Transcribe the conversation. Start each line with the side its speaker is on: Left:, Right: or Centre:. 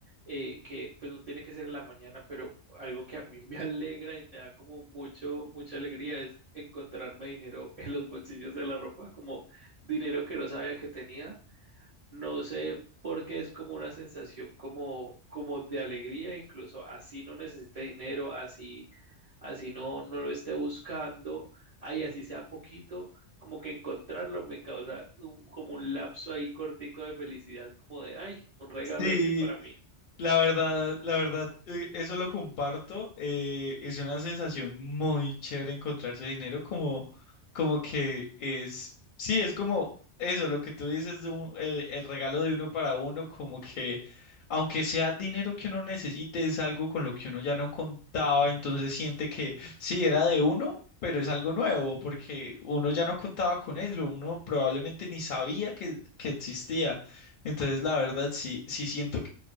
Right: eh, que, pues no tiene que ser en la mañana, pero algo que a mí <laughs> me alegra y me da como mucho, mucha alegría es encontrarme dinero en los bolsillos de la ropa, como dinero que no sabía que tenía no sé por qué es como una sensación como, como de alegría, incluso así no necesite dinero, así, así no, no lo esté buscando, ay así sea poquito, como que encontrarlo me causa un- como un lapso ahí cortico de felicidad, como de, ay, un regalo
Left: Sí,
Right: de mí para mí.
Left: La verdad, la verdad, eh, eso lo comparto. eh, es una sensación muy chévere encontrarse dinero, como, como que es, sí, es como eso, lo que tú dices, de un- el, el regalo de uno para uno, como que aunque sea dinero que uno necesite, es algo con lo que uno ya no contaba, entonces siente que sí era de uno, pero es algo nuevo, porque uno ya no contaba con eso, uno probablemente ni sabía que, que existía. Entonces, la verdad, sí, sí siento